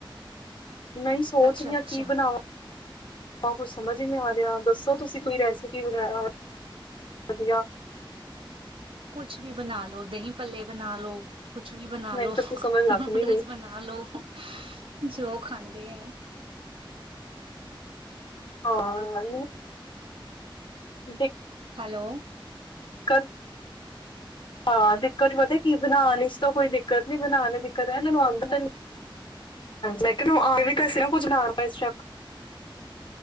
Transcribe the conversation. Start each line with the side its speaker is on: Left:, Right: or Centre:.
Left: ਨਹੀਂ ਸੋਚਰੀ
Right: ਅੱਛਾ ਅੱਛਾ
Left: ਆ ਕੀ ਬਣਾਵ ਆ ਕੁਛ ਸਮਝ ਹੀ ਨੀ ਆ ਰਿਹਾ ਦੱਸੋ ਤੁਸੀਂ ਕੋਈ ਰੈਸਪੀ ਵਗੈਰਾ। ਵਧੀਆ।
Right: ਕੁਛ ਵੀ ਬਣਾ ਲੋ ਦਹੀਂ ਪੱਲੇ ਬਣਾ ਲੋ ਕੁਛ ਵੀ ਬਣਾ
Left: ਮੈਨੂੰ
Right: ਲ ਲੋ
Left: ਤਾਂ ਕੁਛ ਸਮਝ ਲੱਗ
Right: ਨੂਡਲਸ
Left: ਨੀ ਰਹੀ
Right: ਬਣਾ ਲ ਲੋ ਜੋ ਖਾਂਦੇ ਹੈ
Left: ਹਾਂ। ਦੇਖ
Right: ਹੈਲੋ।
Left: ਕ ਹਾਂ ਦਿੱਕਤ ਚ ਪਤਾ ਕੀ ਬਣਾਉਣ ਇਸ ਤੋਂ ਕੋਈ ਦਿੱਕਤ ਨੀ ਬਣਾਉਣ ਦਿੱਕਤ ਹੈੈਨੂੰ ਆਉਂਦੀ
Right: <inaudible>
Left: ਮੈਂ ਨੂੰ ਆ ਵੀ ਕੇ ਨਾ ਕੁੱਝ ਨਾ ਇਸ ਸ਼ੱਕ। <inaudible>